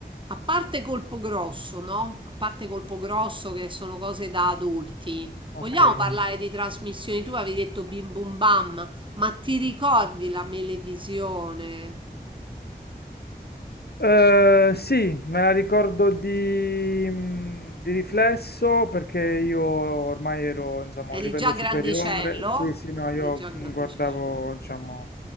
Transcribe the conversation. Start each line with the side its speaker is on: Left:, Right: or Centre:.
Right: A parte Colpo Grosso, no? A parte Colpo Grosso che sono cose da adulti.
Left: Ok.
Right: Vogliamo Mm. parlare di trasmissioni? Tu avevi detto Bim Bum Bam, ma ti ricordi la Melevisione?
Left: Eh, sì, me la ricordo di, mm, di riflesso perché io ormai ero, insomma,
Right: Eri
Left: a un livello
Right: già
Left: superiore.
Right: grandicello?
Left: Sì, sì, no, io
Right: Eri già grandicello.
Left: mm, guardavo, diciamo,